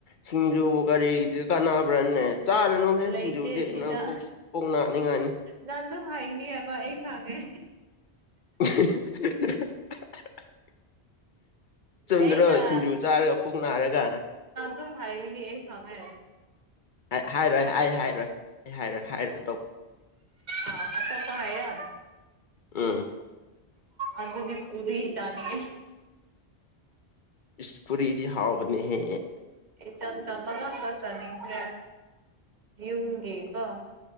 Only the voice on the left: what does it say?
ꯁꯤꯡꯖꯨꯕꯨ ꯀꯔꯤ ꯀꯥꯟꯅꯕ꯭ꯔꯅꯦ ꯆꯥꯔꯨꯅꯨ ꯍꯦ
ꯁꯤꯡꯖꯨꯗꯤ
ꯅꯪ ꯄꯨꯛ ꯄꯨꯛ ꯅꯥꯅꯤꯡꯉꯥꯏꯅꯤ
<unintelligible> ꯆꯨꯝꯗ꯭ꯔꯣ
ꯁꯤꯡꯖꯨ ꯆꯥꯔ ꯄꯨꯛ ꯅꯥꯔꯒ
ꯑꯦ ꯍꯥꯏꯔꯣꯏ ꯑꯩ ꯍꯥꯏꯔꯣꯏ ꯑꯩ ꯍꯥꯏꯔꯣꯏ ꯍꯥꯏꯔꯣꯏ
ꯎꯝ
ꯏꯁ ꯄꯨꯨꯔꯤꯗꯤ ꯍꯥꯎꯕꯅꯤꯍꯦ